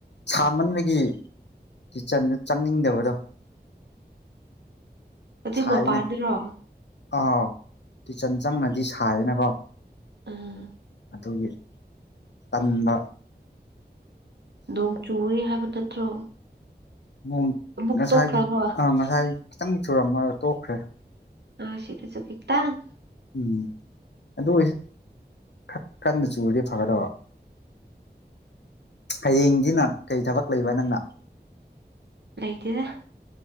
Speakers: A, on the left; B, on the right.
A: ꯁꯥꯃꯟꯕꯒꯤ ꯀꯤꯠꯆꯟꯗ ꯆꯪꯅꯤꯡꯗꯕꯗꯣ
B: ꯍꯧꯖꯤꯛ
A: ꯁꯥꯏꯅꯦ
B: ꯃꯄꯥꯟꯗꯔꯣ
A: ꯑꯣ ꯀꯤꯆꯟ ꯆꯪꯉꯗꯤ ꯁꯥꯏꯌꯦꯅꯀꯣ
B: ꯎꯝ
A: ꯑꯗꯨꯒꯤ ꯇꯟꯕ
B: ꯅꯣꯡ ꯆꯨꯋꯦ ꯍꯥꯏꯕ ꯅꯠꯇ꯭ꯔꯣ
A: ꯅꯣꯡ
B: ꯑꯃꯨꯛ
A: ꯉꯁꯥꯏꯗꯤ
B: ꯇꯣꯛꯈ꯭ꯔꯕꯣ
A: ꯑꯥ ꯉꯁꯥꯏ ꯈꯤꯇꯪ ꯆꯨꯔꯝꯃꯒ ꯇꯣꯛꯈ꯭ꯔꯦ
B: ꯑꯥ <unintelligible> ꯈꯤꯇꯪ
A: ꯎꯝ ꯑꯗꯨ ꯈꯔꯥ ꯀꯟꯅ ꯆꯨꯔꯗꯤ ꯐꯒꯗꯕ ꯍꯌꯦꯡꯁꯤꯅ ꯀꯩ ꯊꯕꯛ ꯂꯩꯕ ꯅꯪꯅ
B: ꯂꯩꯇꯦꯗ